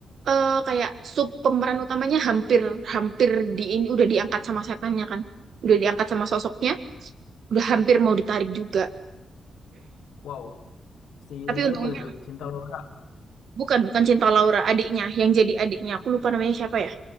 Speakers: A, on the right; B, on the left.
A: eh, kayak sub pemeran utamanya hampir hampir di ini udah diangkat sama setannya kan. Udah diangkat sama sosoknya, udah hampir mau ditarik juga.
B: Wow, si
A: Tapi
B: siapa
A: untungnya
B: itu? Cinta Laura.
A: bukan bukan Cinta Laura, adiknya yang jadi adiknya. Aku lupa namanya siapa ya.